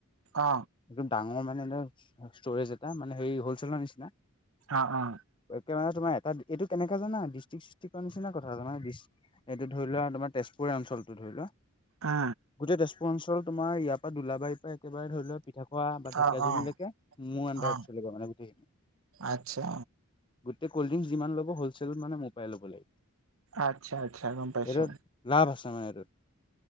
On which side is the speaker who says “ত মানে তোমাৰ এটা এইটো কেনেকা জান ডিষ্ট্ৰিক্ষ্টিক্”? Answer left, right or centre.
Left